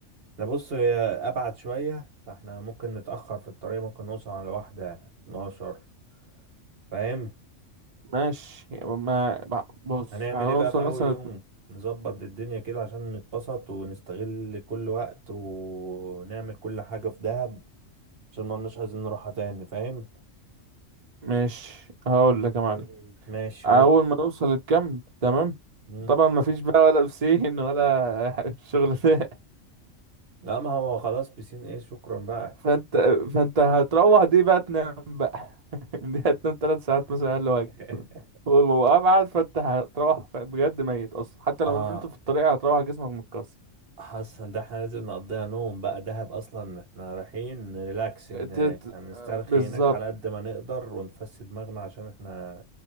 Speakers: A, on the right (about 55°); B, on the right (about 40°).
A: انا بص هي ابعد شوية فاحنا ممكن نتأخر في الطريق ممكن نوصل على واحدة 12 فاهم
B: ماشي ما ما- بص
A: هنعمل
B: هنوصل
A: ايه بقى في اول
B: مثلا
A: يوم نظبط الدنيا كده عشان نتبسط ونستغل كل وقت ونعمل كل حاجة في دهب عشان ما لناش عايزين نروحها تاني فاهم
B: ماشي هقول لك يا معلم
A: مم. ماشي
B: اول
A: قول
B: ما نوصل الكامب تمام
A: مم.
B: طبعا ما فيش بقى ولا بسين ولا <laughs> الشغل ده
A: لا ما هو خلاص بسين ايه شكرا بقى
B: فانت فانت هتروح دي بقى تنام بقى <laughs> دي هتنام ثلاث ساعات مثلا اقل واجب
A: <laughs>
B: وابعد فانت هتروح ف- بجد ميت اصلا حتى
A: اه
B: لو نمت في الطريق هتروح جسمك متكسر
A: حصل ده احنا لازم نقضيها نوم بقى دهب اصلا احنا رايحين ريلاكس هناك
B: ت- ت-
A: يعني نسترخي
B: بالظبط
A: هناك على قد ما نقدر ونفسد دماغنا عشان احنا